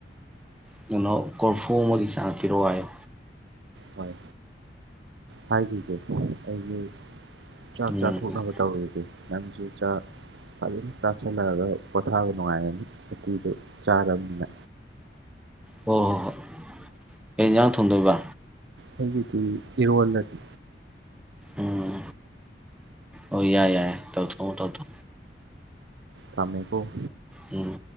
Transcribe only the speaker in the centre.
ꯀꯩꯅꯣ ꯀꯣꯔꯐꯨ ꯑꯃꯒꯤ ꯆꯥꯡ ꯄꯤꯔꯛꯑꯣ ꯍꯥꯏꯌꯣ
ꯎꯝ
ꯍꯣ ꯍꯣ ꯍꯣꯏ ꯀꯩꯟꯖꯥꯡ ꯊꯣꯡꯗꯣꯏꯕ?
ꯎꯝ ꯑꯣꯏ ꯌꯥ ꯌꯥꯏ ꯇꯧꯊꯣ ꯇꯧꯊꯣ
ꯎꯝ